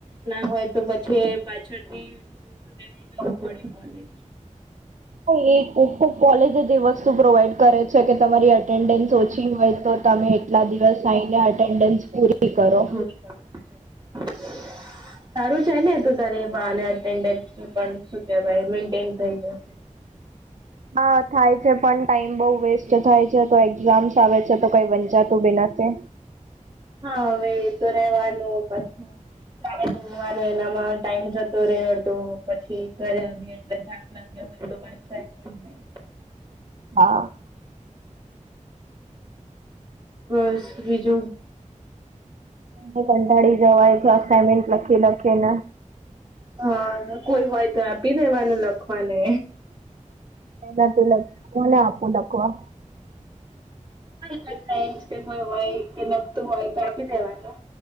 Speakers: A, on the right (about 35°); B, on the right (about 65°).
A: ના હોય તો પછી પાછળથી વતુ કેવાય જવું પડે કોને
B: એ કોક કોક કોલેજ એ વસ્તુ શું પ્રોવાઈડ કરે છે કે તમારી એટેન્ડન્સ ઓછી હોય તો તમે એટલા દિવસ થઈને એટેન્ડન્સ પૂરી <unintelligible> કરો
A: અચ્છા
B: <inaudible>
A: તારું છે ને તું તારી એને એટેન્ડન્ટસ નું પણ શું કેવાય મેન્ટેન થઈ જાય
B: હા થાય છે પણ ટાઈમ બહુ વેસ્ટ થાય છે તો એક્ઝામ્સ આવે છે તો કઈ વંચાતું બી નથી છે.
A: હા હવે એ તો રેવાનું પાછું એના માં ને એનામાં ટાઈમ જતો રે અડધો પછી ઘરે આવીએ એટલે થાકી હોય તો <unintelligible>
B: હા
A: હા બસ બીજું
B: કંટાળી જવાય તો અસાનમેન્ટ લખી લખે ને
A: હા કોઈ હોય તો આપી દેવાનું લખવાને
B: એના પેલા કોને આપું લખવા?
A: કોઈ સાયન્સ કે કોઈ હોય કે લખતું હોય તો આપી દેવાનું.